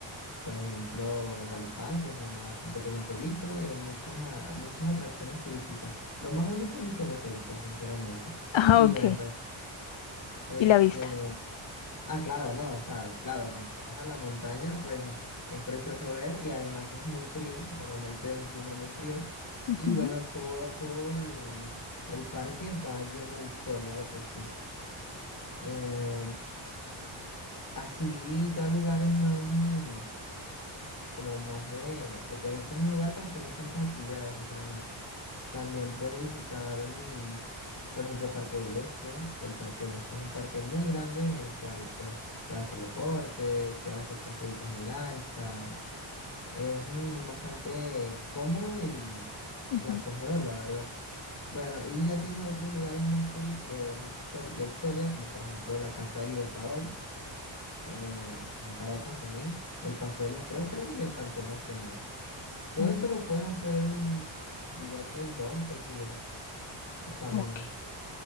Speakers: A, on the left (about 40°); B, on the left (about 70°).
A: por ejemplo, Galipán, que es una- un pequeño pueblito, y hay muchas, a- muchas atracciones turísticas. Lo más bonito es el teleférico, sinceramente.
B: Ah,
A: Y
B: ok,
A: bueno, Este,
B: y la vista.
A: ah, claro, no, o sea, claro, cuando llegas a la montaña, pues es precioso ver y además es muy frío, normalmente es un clima muy frío.
B: Ujú,
A: Y bueno, todo, todo el, el parque va lleno de historia de por sí. Eh, así ya lugares más, mm, como más de, porque ese es un lugar para hacer bastantes actividades, sinceramente. También puedes visitar, mm, por ejemplo, el Parque del Este, que el Parque del Este es un parque muy grande en el cual pues, puedes hacer deporte, puedes hacer paseitos en lancha. Es mm, bastante cómodo y,
B: ujú.
A: y acogedor, la verdad. Bueno, y ya tienes otros lugares más, turis- eh, más histori- de historia, como por ejemplo la Casa del Libertador, eh, que es en Caracas también, el Paseo de los Próceres y el Panteón Nacional. Todo
B: Oh,
A: eso lo puedes hacer, mm, diría que en dos, tres días, hasta menos.
B: Ok,